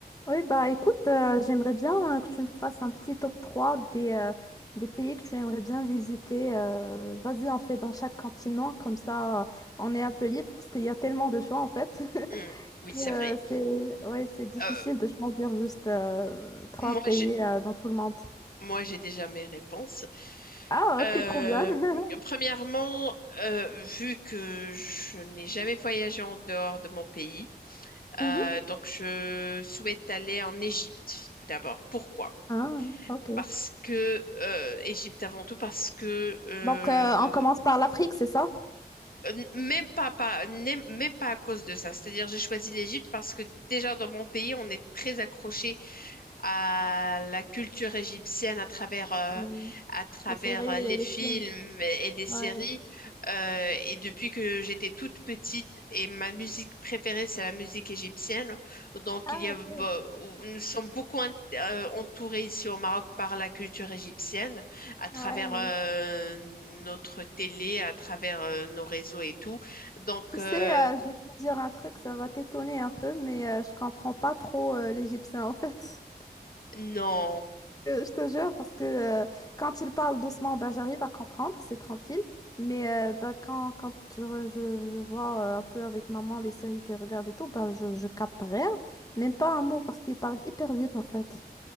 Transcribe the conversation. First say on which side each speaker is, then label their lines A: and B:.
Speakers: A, on the left; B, on the left.
A: Oui, bah écoute, euh, j'aimerais bien euh, que tu me fasses un petit top 3 des, euh, des pays que tu aimerais bien visiter. euh, vas-y, on fait dans chaque continent, comme ça euh, on est un peu libre parce qu'il y a tellement de choix en fait <laughs>
B: Hmm, oui,
A: que
B: c'est
A: euh,
B: vrai.
A: c'est ouais, c'est difficile
B: Euh,
A: de choisir juste euh, trois
B: moi,
A: pays
B: j'ai
A: euh, dans tout le monde.
B: moi, j'ai déjà mes réponses.
A: Ah,
B: Euh,
A: ok, trop bien. <laughs>
B: premièrement, euh, vu que je n'ai jamais voyagé en dehors de mon pays, Euh,
A: Mhm.
B: donc, je souhaite aller en Égypte tout d'abord. Pourquoi?
A: Ah, ok.
B: Parce que euh, Égypte avant tout, parce que euh,
A: Donc euh, on commence par l'Afrique, c'est ça?
B: euh, même pas, pas n'est- même pas à cause de ça. C'est-à-dire, j'ai choisi l'Égypte parce que déjà dans mon pays, on est très accroché à la culture égyptienne à travers, euh,
A: Mm.
B: à travers
A: Les séries et
B: euh, les
A: les
B: films
A: films.
B: et les séries.
A: Ouais.
B: Euh, et depuis que j'étais toute petite, et ma musique préférée, c'est la musique égyptienne. Donc,
A: Ah,
B: il y a,
A: ok.
B: bah, où nous sommes beaucoup ent- euh, entourés ici au Maroc par la culture égyptienne, à travers
A: Ouais, ouais.
B: euh, notre télé, à travers euh, nos réseaux et tout. Donc,
A: Tu
B: euh,
A: sais, euh, je vais te dire un truc, ça va t'étonner un peu, mais euh, je comprends pas trop euh, l'égyptien en fait. <laughs>
B: non.
A: Euh, je te jure, parce que euh, quand il parle doucement, bah, j'arrive à comprendre, c'est tranquille. Mais euh, bah, quand, quand je, je- je vois euh, un peu avec maman les séries qu'elle regarde et tout, bah, je, je capte rien, même pas un mot, parce qu'il parle hyper vite en fait.